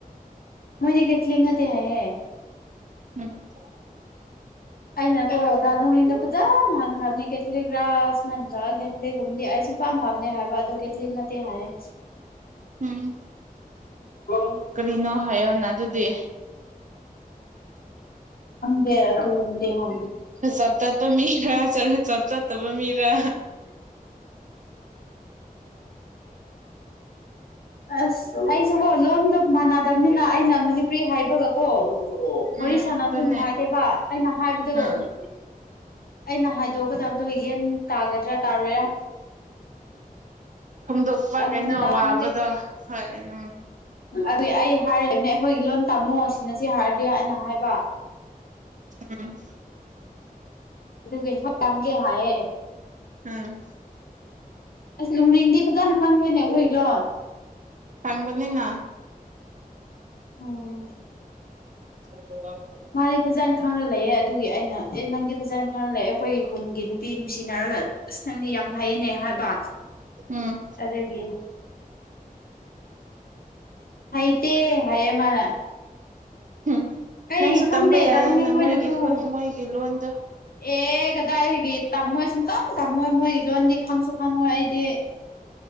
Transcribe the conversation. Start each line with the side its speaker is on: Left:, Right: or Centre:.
Left: ꯃꯣꯏꯗꯤꯦ ꯀꯠꯂꯤ ꯉꯗꯤ ꯍꯥꯏ
Right: ꯎꯝ
Left: ꯑꯩꯅꯀꯣ ꯨꯔꯤꯗ ꯐꯖꯅ ꯍꯥꯟꯈ꯭ꯔꯕꯅꯦ ꯀꯦꯠꯂꯤꯒ꯭ꯔꯥꯁ ꯃꯟꯗꯦ ꯀꯒꯨꯝꯗꯤ ꯑꯩꯁꯨ ꯄꯥꯝ ꯄꯥꯝꯗꯦ ꯍꯥꯏꯕ ꯑꯗꯣ ꯀꯦꯊꯂꯤꯛ ꯅꯠꯇꯦ ꯍꯥꯏꯌꯦ
Right: ꯎꯝ
Left: ꯀ
Right: ꯀꯔꯤꯅꯣ ꯍꯥꯏꯌꯣꯅ ꯑꯗꯨꯗꯤ
Left: ꯈꯉ ꯗꯦ ꯑꯗꯨꯦ ꯍ
Right: ꯆꯞ ꯆꯥꯠꯄ ꯃꯤꯔꯥꯔ ꯆꯞ ꯆꯥꯠꯇꯕ ꯃꯤꯔꯥ
Left: <inaudible> ꯑꯁ ꯑꯩꯁꯨꯀꯣ ꯂꯣꯟꯗ ꯃꯥꯟꯅꯗꯕꯅꯤꯅ ꯑꯩꯅ ꯃꯅꯤꯄꯨꯔꯤ ꯍꯥꯏꯕꯒ ꯑꯣ
Right: ꯎꯝ
Left: ꯋꯥꯔꯤ
Right: ꯑꯗꯨꯅꯦ
Left: ꯁꯥꯟꯅꯕꯗꯣ ꯅꯨꯡꯉꯥꯏꯇꯦꯕ ꯑꯩꯅ ꯍꯥꯏꯕꯗꯨ
Right: ꯎꯝ ꯎꯝ
Left: ꯑꯩꯅ ꯍꯥꯏꯗꯣꯛꯀꯗꯕꯗꯣ ꯌꯦꯟ ꯇꯥꯒꯗ꯭ꯔꯥ ꯇꯥꯔꯣꯏꯔꯥ
Right: ꯐꯣꯡꯗꯣꯛꯄ
Left: ꯑ
Right: ꯀꯩꯅꯣ
Left: ꯍꯅ ꯗꯗꯝ
Right: ꯋꯥꯕꯗꯣ ꯍꯣꯏ ꯎꯝ
Left: ꯑꯩ ꯑꯩ ꯍꯥꯏꯔꯕꯅꯦ ꯑꯩꯈꯣꯏꯒꯤ ꯂꯣꯟ ꯇꯝꯃꯣ ꯁꯤꯅ ꯁꯤ ꯍꯥꯏꯔꯗꯤ ꯑꯅ ꯍꯥꯏꯕ
Right: ꯎꯝ
Left: ꯑꯗꯨꯒ ꯍꯣꯏ ꯌꯥꯝꯗꯦ ꯍꯥꯏꯌꯦꯦ
Right: ꯎꯝ
Left: ꯑꯁ ꯂꯨꯔꯤꯡꯗꯤ ꯐꯖꯅ ꯈꯪꯉꯦꯅꯦ ꯑꯣꯏ ꯂꯣ
Right: ꯊꯥꯡꯕꯅꯤꯅ
Left: ꯑꯣꯝ
Right: ꯑꯣ
Left: ꯃꯥꯔꯤ ꯐꯖꯅ ꯈ ꯂꯩꯑꯦ ꯑꯗꯨꯒꯤ ꯑꯩꯅ ꯑꯦ ꯅꯪꯗꯤ ꯐꯖꯅ ꯈꯪꯅ ꯂꯩꯦ ꯑꯩꯈꯣꯏꯒꯤ ꯈꯨꯟꯒꯤ ꯅꯨꯄꯤ ꯅꯨꯡꯁꯤꯅꯔꯒ ꯑꯁ ꯅꯪꯗꯤ ꯌꯥꯝ ꯍꯥꯏꯅꯦ ꯍꯥꯏꯕ
Right: ꯎꯝ
Left: ꯑꯗꯨꯒꯤ ꯍꯥꯏꯩ ꯇ ꯍꯥꯏꯌꯦ ꯃꯥꯅ
Right: ꯎꯝ
Left: ꯑꯩ
Right: ꯅꯪꯁꯨ
Left: ꯈꯪꯗꯦꯗ
Right: ꯇꯝꯕ ꯌꯥꯏꯌꯦꯅ
Left: ꯂꯅꯨꯡꯅꯤꯡꯈꯣꯏꯅꯁꯨ
Right: ꯃꯣꯏꯒꯤ ꯈꯨꯟ ꯃꯣꯏꯒꯤ ꯂꯣꯟꯗꯣ
Left: ꯑꯦ ꯀꯗꯥꯏꯒꯤ ꯇꯝꯃꯣꯏ ꯁꯨꯡꯇꯝ ꯇꯝꯃꯣꯏ ꯃꯣꯏꯒꯤ ꯂꯣꯟꯗꯤ ꯈꯪꯁꯨ ꯈꯪꯉꯣꯏ ꯑꯩꯗꯤ